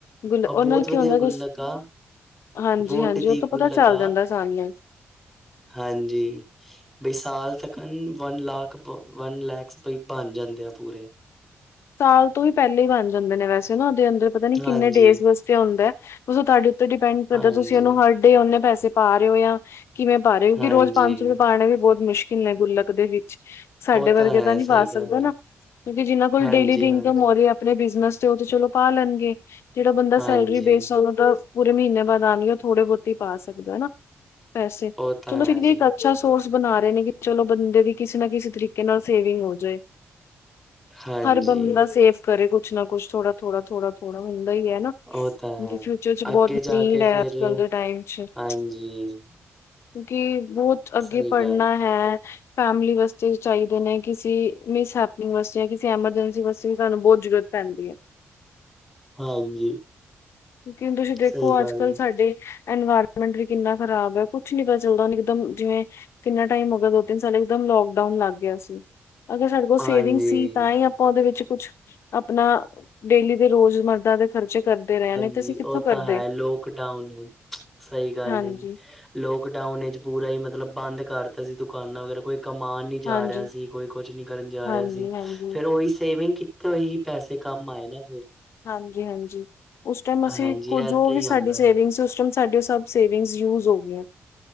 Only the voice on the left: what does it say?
ਗੁਲ
ਨਾਲ
ਕੀ ਹੁੰਦਾ
ਕੁਛ।
ਹਾਂਜੀ
ਹਾਂਜੀ
ਉਹ ਤੋਂ ਪਤਾ
ਚੱਲ
ਜਾਂਦਾ ਸਾਨੂੰ
ਸਾਲ ਤੋਂ ਵੀ ਪਹਿਲੇ ਹੀ ਬਣ ਜਾਂਦੇ ਨੇ ਵੈਸੇ ਨਾ ਉਹਦੇ ਅੰਦਰ ਪਤਾ ਨੀ
ਕਿੰਨੇ ਡੇਜ ਵਾਸਤੇ ਹੁੰਦਾ। ਸੋ ਤੁਹਾਡੇ ਤੇ ਡਿਪੈਂਡ ਕਰਦਾ
ਤੁਸੀਂ ਉਹਨੂੰ ਹਰਡੇ ਉਹਨੇ ਪੈਸੇ ਪਾ ਰਹੇ ਹੋ ਆ। ਕਿਵੇਂ ਪਾ ਰਹੇ ਹੋ, ਕਿਉਂਕਿ
ਰੋਜ਼ ਪੰਜ ਸੌ ਰੁਪਏ ਪਾਣੇ ਵੀ ਬਹੁਤ ਮੁਸ਼ਕਿਲ ਨੇ ਗੁੱਲਕ ਦੇ ਵਿੱਚ। ਸਾਡੇ
ਵਰਗੇ
ਤਾਂ ਨਹੀਂ
ਪਾ ਸਕਦਾ
ਨਾ,
ਕਿਉਂਕਿ ਜਿਹਨਾਂ ਕੋਲ
ਡੇਲੀ ਦੀ ਇਨਕਮ
ਹੋ। ਆਪਣੇ ਬਿਜਨਸ ਤੇ ਓ ਤੇ ਚਲੋ ਪਾ ਲੈਣਗੇ ਜਿਹੜਾ ਬੰਦਾ
ਸੈਲਰੀ ਬੇਸ ਆਂਦਾ। ਪੂਰੇ ਮਹੀਨੇ ਬਾਅਦ ਆਣੀ ਆ ਉਹ ਥੋੜੇ ਬਹੁਤੇ ਹੀ ਪਾ ਸਕਦਾ ਹਨਾ ਪੈਸੇ
ਚਲੋ
<unintelligible>
ਅੱਛਾ ਸੋਰਸ ਬਣਾ ਰਹੇ ਨੇ ਕਿ ਚਲੋ ਬੰਦੇ ਦੀ ਕਿਸੇ ਨਾ ਕਿਸੇ ਤਰੀਕੇ ਨਾਲ ਸੇਵਿੰਗ ਹੋਜੇ।
ਹਰ ਬੰਦਾ ਸੇਫ ਕਰੇ ਕੁਛ ਨਾ ਕੁਛ ਥੋੜਾ ਥੋੜਾ ਥੋੜਾ ਥੋੜਾ ਹੁੰਦਾ ਈ ਆ ਨਾ।
ਫਿਊਚਰ
ਚ ਬਹੁਤ
ਨੀਡ
ਆ
ਅੱਜ ਕਲ ਦੇ ਟਾਈਮ ਚ। ਕਿਉਂਕਿ
ਬਹੁਤ ਅੱਗੇ
ਪੜ੍ਹਨਾ
ਹੈ। ਫੈਮਲੀ ਵਾਸਤੇ ਚਾਹੀਦੇ ਨੇ ਕਿਸੇ ਮਿਸ ਹੈਪਨਿੰਗ ਵਾਸਤੇ ਜਾਂ ਕਿਸੇ, ਐਮਰਜੈਂਸੀ ਵਾਸਤੇ ਵੀ ਸਾਨੂੰ ਬਹੁਤ ਜ਼ਰੂਰਤ ਪੈਂਦੀ ਐ।
ਕਿਉਂਕਿ ਹੁਣ ਤੁਸੀਂ ਦੇਖੋ
ਅੱਜ ਕੱਲ੍ਹ
ਸਾਡੇ ਇਨਵਾਇਰਮੈਂਟ ਵੀ ਕਿੰਨਾ ਖ਼ਰਾਬ ਆ ਕੁਛ ਨੀ ਪਤਾ ਚਲਦਾ ਹੁਣ ਇਕਦੱਮ ਜਿਵੇਂ ਕਿੰਨਾ ਟਾਈਮ ਹੋ ਗਿਆ ਦੋ ਤਿੰਨ ਸਾਲ ਇਕਦੱਮ ਲੋਕਡਾਊਨ ਲੱਗ ਗਿਆ ਸੀ ਅਗਰ ਸਾਡੇ ਕੋਲ ਸੇਵਿੰਗ
ਸੀ ਤਾਂ ਹੀ ਆਪਾਂ ਓਹਦੇ ਵਿੱਚ ਕੁਛ ਆਪਣਾ ਡੇਲੀ ਦੇ ਰੋਜ਼ ਮਰਦਾ ਦੇ ਖਰਚੇ ਕਰਦੇ ਰਹੇ ਨੇ। ਤੇ
ਅਸੀਂ ਕਿੱਥੋਂ
ਕਰਦੇ
ਹਾਂਜੀ
ਹਾਂਜੀ
ਹਾਂਜੀ
ਹਾਂਜੀ
ਹਾਂਜੀ ਹਾਂਜੀ ਉਸ ਟਾਈਮ ਅਸੀਂ
ਕੁੱ ਜੋ
ਵੀ
ਸਾਡੀ
ਸੇਵਿੰਗ
ਇਕਦੱਮ ਓ ਸੇਵਿੰਗਸ ਯੂਜ ਹੋ ਗਈਆਂ